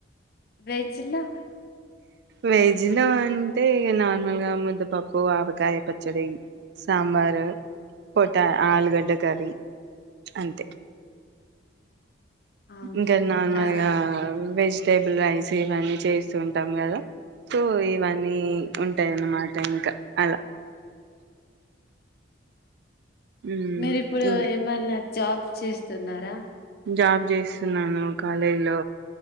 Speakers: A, on the left; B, on the right.
A: వెజ్లా
B: వెజ్ లో అంటే నార్మల్గా ముద్దపప్పు ఆవకాయ పచ్చడి సాంబారు పటా ఆలుగడ్డ కర్రీ అంతే
A: అవును
B: ఇంకా నార్మల్గా
A: ఆ
B: వెజిటేబుల్ రైస్ ఇవన్నీ చేస్తుూంటాం కదా సో ఇవన్నీ ఉంటాయన్నమాట ఇంకా అలా మ్మ్
A: మీరి ఇప్పుడు
B: ఇంక్
A: ఏమన్న జాబ్ చేస్తున్నారా
B: జాబ్ చేసి చస్తున్నాను కాలేజీ లో